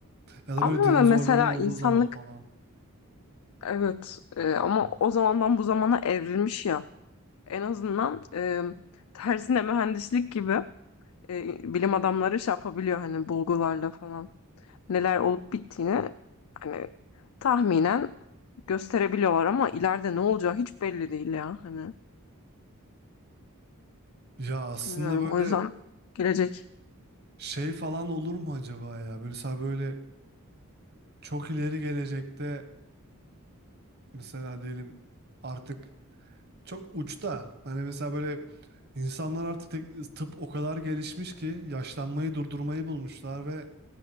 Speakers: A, on the right; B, on the left.
A: Ya da
B: Ama
A: böyle dinozorların
B: mesela
A: olduğu
B: insanlık
A: zaman falan.
B: evet e, ama o zamandan bu zamana evrilmiş ya. En azından e, tersine mühendislik gibi e, bilim adamları şey yapabiliyor hani bulgularla falan. Neler olup bittiğini hani tahminen gösterebiliyorlar ama ileride ne olacağı hiç belli değil ya hani.
A: Ya aslında
B: Bilmiyorum.
A: böyle
B: O yüzden gelecek.
A: şey falan olur mu acaba ya? Böyle mesela böyle çok ileri gelecekte mesela diyelim artık çok uçta hani mesela böyle insanlar artık tek- tıp o kadar gelişmiş ki yaşlanmayı durdurmayı bulmuşlar ve